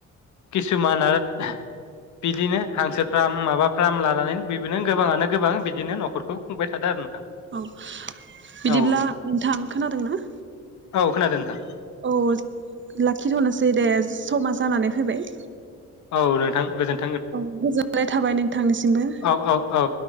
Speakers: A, on the left (about 70°); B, on the right (about 40°).
A: किसुमान आरो बिदिनो हांसो फार्म माबा फार्म लानानै बिनो गोबाङानो गोबां बिदिनो नखर खौ खुंबाय थादों
B: औ बिदिब्ला
A: औ
B: नोंथां खोनादों ना?
A: औ खोनादों नोंथां।
B: औ लाखिथ'नोसै दे समा जानानै फैबाय।
A: औ नोंथां गोजोन
B: औ गोजोनाय थाबाय नोंथांनिसिमबो
A: औ औ औ